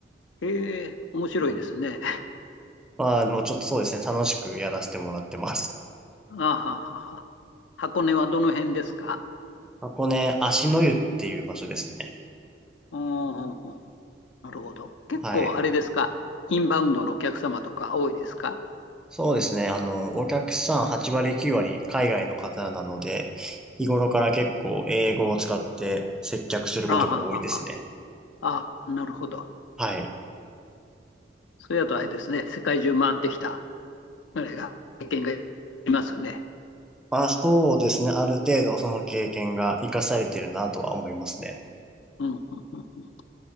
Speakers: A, on the left; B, in the centre.
A: へえ、面白いですね。
B: うんまあ、でもちょっとそうですね、楽しくやらせてもらってます。
A: あははは。箱根はどの辺ですか
B: 箱根、芦の湯っていう場所ですね。
A: うんうんうん。なるほど。結構あれですかインバウンドのお客様とか多いですか
B: はい。そうですね、あの、お客さん8割9割海外の方なので、日頃から結構英語を使って接客することが多いですね。
A: あははは。あ、なるほど。
B: はい。
A: それだとあれですね、世界中回ってきた経験がありますね。
B: まあそうですね。ある程度その経験が活かされてるなとは思いますね。
A: うんうんうんうん